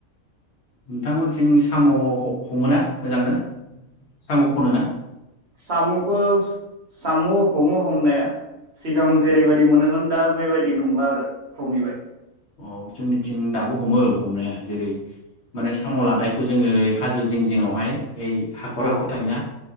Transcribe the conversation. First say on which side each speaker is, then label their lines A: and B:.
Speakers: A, on the left (about 55°); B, on the right (about 50°).
A: नोंथांमोनथिं साम' ह-हमो ना मोजांनो? साम' खनो ना?
B: सामुखो सामु हमो हमनाया सिगां जेरैबादि
A: औ
B: मोनोमोन दा बेबायदि नंला आरो खमिबाय।
A: अ जोंनिथिं दाबो हमो हमनाया जेरै माने साम' लादाय खौ जोङो हाजो जिं जिङआवहाय ओइ हाखर
B: औ
A: हाखर थायोना